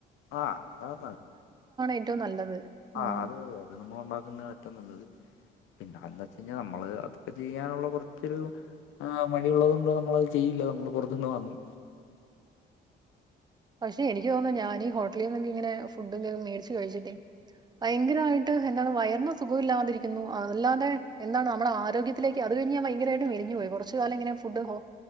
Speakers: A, on the left; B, on the right.
A: ആഹ് <unintelligible>
B: ഏറ്റവും നല്ലത് ഉം
A: ആഹ് അത് തന്നെ അത് നമ്മൾ ഉണ്ടാക്കുന്ന ഏറ്റം നല്ലത് പിന്നെ അന്താചൈഞ്ഞാ നമ്മള് അതൊക്കെ ചെയ്യാനുള്ള കൊർച്ചൊരു ആ മടിയുള്ളത് കൊണ്ട് നമ്മളത് ചെയ്യില്ല നമ്മൾ പൊറത്ത്ന്ന് വാങ്ങും
B: റ്റ് എനിക്ക് തോന്നുന്നു ഞാൻ ഈ ഹോട്ടലിന്നൊക്കെങ്ങനെ ഫുടൊക്കെ മേടിച്ച് കഴിച്ചിട്ടേ ഭയങ്കരമായി ട്ട് എന്താണ് വയറിന് സുഖമില്ലാതിരിക്കുന്നു അതല്ലാതെ എന്താണ് മ്മളെ ആരോഗ്യത്തിലേക്ക് അത് കഴിഞ് ഞാൻ ഭയങ്കരായിട്ട് മെലിഞ്ഞു പോ യി ച്ച് കാലമിങ്ങനെ ഫുഡ് ഹോ